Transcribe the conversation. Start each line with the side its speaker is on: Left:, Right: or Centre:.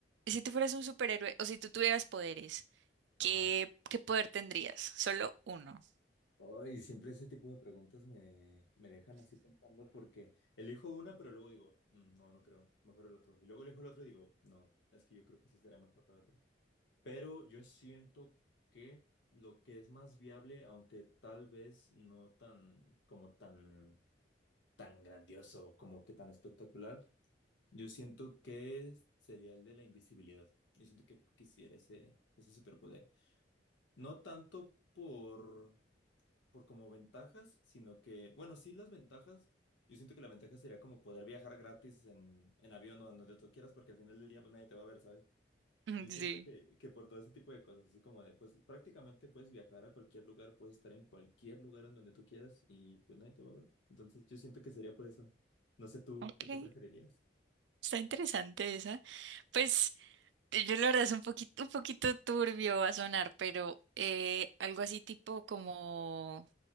Right: si tú fueras un superhéroe o si tú tuvieras poderes,
Left: ajá.
Right: ¿qué, qué poder tendrías? Solo uno. <laughs>
Left: Ay, siempre ese tipo de preguntas me, me dejan así pensando porque elijo una, pero luego digo, "Mm, no, no creo, mejor el otro. Y luego elijo el otro y digo, no, es que yo creo que sí será mejor el otro. Pero yo siento que lo que es más viable, aunque tal vez no tan como tan tan grandioso, como que tan espectacular, yo siento que sería el de la invisibilidad. Yo siento que quisiera ese ese superpoder. No tanto por por como ventajas, sino que, bueno, sí las ventajas. Yo siento que la ventaja sería como poder viajar gratis en, en avión o en donde tú quieras, porque al final del día pues nadie te va a ver, ¿sabes?
Right: Mm,
Left: Yo siento
Right: Sí.
Left: que, que por todo ese tipo de cosas, es como de, pues prácticamente puedes viajar a cualquier lugar, puedes estar en cualquier lugar en donde tú quieras y pues nadie te va a ver. Entonces yo siento que sería por eso. No sé tú,
Right: Ok.
Left: ¿tú qué preferirías?
Right: Está interesante esa. Pues eh, Yo la verdad es un poquito, un poquito turbio va a sonar, pero eh, algo así tipo como,